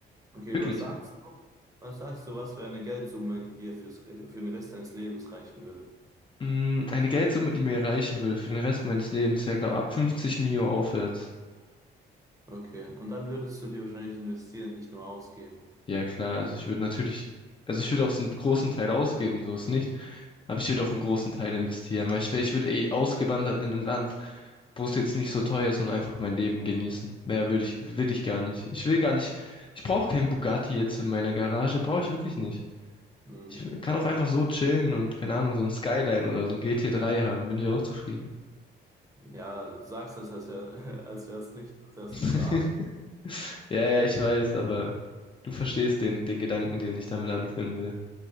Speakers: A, on the right (about 15°); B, on the left (about 25°).
A: Okay,
B: Wirklich.
A: was sagst du? Was sagst du, was für eine Geldsumme, die dir fürs, für den Rest deines Lebens reichen würde?
B: Mm, Eine Geldsumme, die mir reichen würde für den Rest meines Lebens, wäre, glaube ich, ab 50 Mio aufwärts.
A: Okay, und dann würdest du die wahrscheinlich investieren, nicht nur ausgeben.
B: Ja, klar, also ich würde natürlich, also ich würde auch so einen großen Teil ausgeben, so ist nicht. Aber ich würde auch einen großen Teil investieren, weil ich wär, ich würde eh ausgewandert in ein Land, wo es jetzt nicht so teuer ist und einfach mein Leben genießen. Mehr würde ich, will ich gar nicht. Ich will gar nicht, ich brauche keinen Bugatti jetzt in meiner Garage, brauche ich wirklich nicht.
A: Hm.
B: Ich kann auch einfach so chillen und, keine Ahnung, so ein Skyline oder so ein GT3 haben, bin ich auch zufrieden.
A: Ja, du sagst das, als wäre, <laughs> als wäre es nicht, als wäre es
B: <laughs>
A: was für Arme.
B: Ja, ja, ich weiß, aber du verstehst den, den Gedanken, den ich damit anführen will.